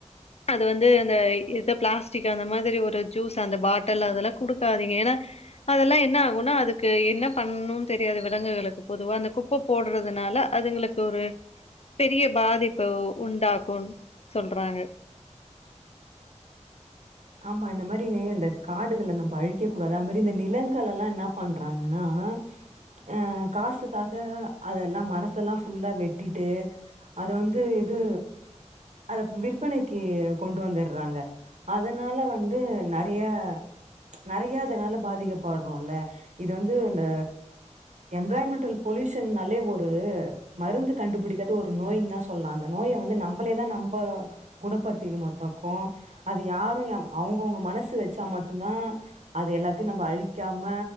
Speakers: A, on the left; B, on the right.
A: அது வந்து இந்த இ பிளாஸ்டிக் அந்த மாதி ஒரு ஜூஸ் அந்த பாட்டல் அதெல்லா குடுக்காதீங்க ஏனா அதெல்லா என்ன ஆகுனா அதுக்கு என்ன பண் ணுன்னு தெரியாது விலங்குகளுக்கு பொதுவா அந்த குப்ப போடுறதுனால அதுங்களுக்கு ஒரு பெரிய பாதிப்பு உண்டாக்குன் சொல்றாங்க
B: ஆமா இந்த மாரி இந்த காடுகளை நம்ம அழிக்க கூடாது அது மாரி இந்த நிலங்களெல்லா என்னாப் பண்றாங்கன்னா அ அ காசுக்காக அதெல்லா மரத்த எல்லாம் ஃபுல்லா வெட்டிட்டு அத வந்து இது அத விற்பனைக்கு கொண்டு வந்துடுறாங்க அதனால வந்து நெறையா நெறையா அதனால பாதிக்கப்படுறோ இல்ல இது வந்து இந்த எம்ராய்ன்மென்டல் பொல்யூஷன்னாலே ஒரு மருந்து கண்டுபிடிக்காத ஒரு நோயின்தா சொல்லலா அந்த நோய் ய வந்து நம்மளேதா நம்ம குணப்படுத்திக்கணுமத்தாக்கு அது யாரு யம் அவுங்கவுங்க மனசு வச்சா மட்டும்தா அது எல்லாத்தையு நம்ம அழிக்காம